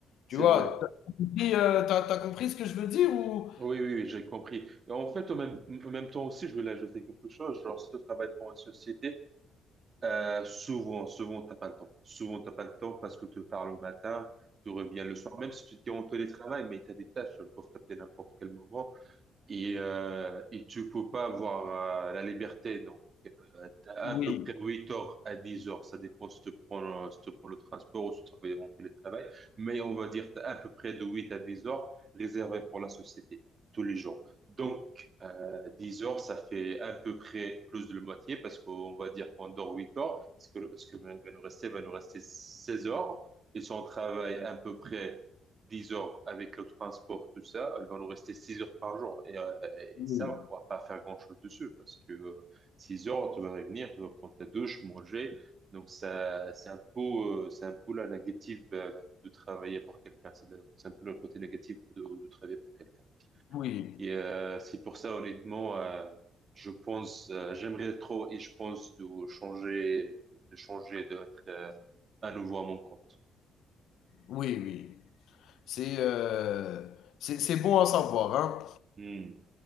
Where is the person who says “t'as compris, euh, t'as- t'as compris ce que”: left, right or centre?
Left